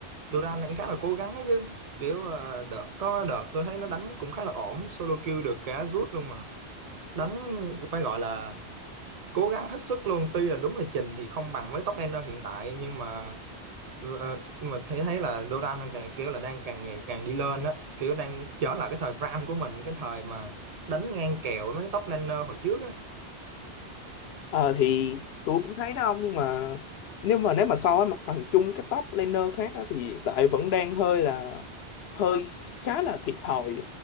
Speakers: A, on the right; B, on the left.
A: Duran cũng khá là cố gắng ấy chứ kiểu ờ, đợt có đợt tôi thấy nó đánh cũng khá là ổn solo kill được cả rút luôn mà đánh phải gọi là cố gắng hết sức luôn tuy là đúng là trình thì không bằng với top laner hiện tại nhưng mà ờ, ờ, nhưng mà thấy thấy là Duran càng kiểu là đang càng ngày càng đi lên á kiểu đang trở lại cái thời Bram của mình cái thời mà đánh ngang kèo với mấy cái top laner hồi trước á
B: Ờ thì tôi cũng thấy đó ông nhưng mà nếu mà nếu mà so với mặt bằng chung các top laner khác á, thì hiện tại vẫn đang hơi là hơi khá là thiệt thòi